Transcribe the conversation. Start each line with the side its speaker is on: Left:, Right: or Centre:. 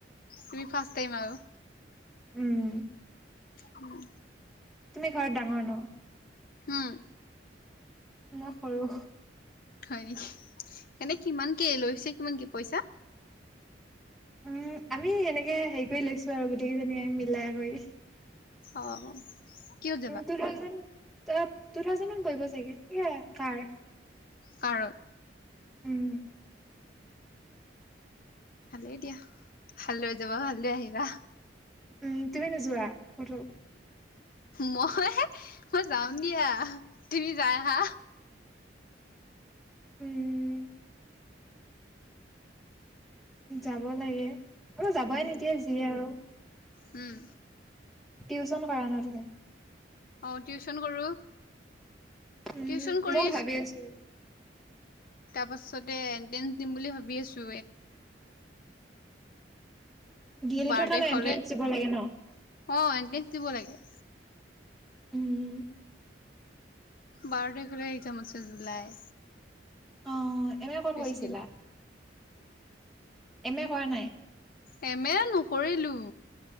Left: তুমি ফাৰ্ষ্ট টাইম আৰু।
Centre: উম
Left: উম,
Centre: তুমি ঘৰত ডাঙৰ ন।
Left: হম
Centre: উ মই কৰৰুো
Left: হয় নেকি এনে কিমান কি লৈছে কিমান কি পইচা।
Centre: উম, আমি এনেকে হেৰি কৰি লৈছো আৰু গোটেই কেইজনীয়ে মিলাই কৰি।
Left: অ কিহত যাবা?
Centre: তু থাউজেণ্ড তু থাউজেণ্ড পৰিব চাগে কাৰ
Left: কাৰণ
Centre: উম,
Left: ভালেই দিয়া ভাল লৈ যাবা ভালদৈ আহিবা
Centre: উম, তুমি নোযোৱা কটো
Left: মই মই যাাম দিয়া তুমি যাই হা
Centre: উম যাব লাগে অল যাবাই
Left: উম,
Centre: নিকিয়ে যি আৰু
Left: উম,
Centre: টিউচন কৰা ন তুমি।
Left: অ টিউচন কৰো
Centre: উম
Left: টিউচন কৰি
Centre: মই ভাবি আছো
Left: তাৰ পাছতে এন্ট্ৰেন্স দিম বুলি ভাবি আছো।
Centre: ডি এল
Left: বাৰডে
Centre: এডৰ কাৰণে
Left: হলে
Centre: এন্ট্ৰেন্স
Left: অ
Centre: দিব লাগে ন?
Left: এনট্ৰেঞ্চ দিব লাগে।
Centre: উম,
Left: বাৰ তাৰিখলৈ এক্সাম আছে জুলাই।
Centre: অহ এম এ কত
Left: বেছি
Centre: কৰিছিলা?
Left: দিন
Centre: এম এ কৰা নাই
Left: এম এ নকৰিলো